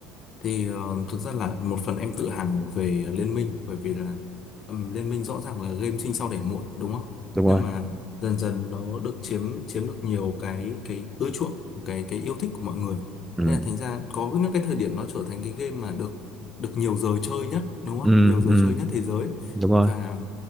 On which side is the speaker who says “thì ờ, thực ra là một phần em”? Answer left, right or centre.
Left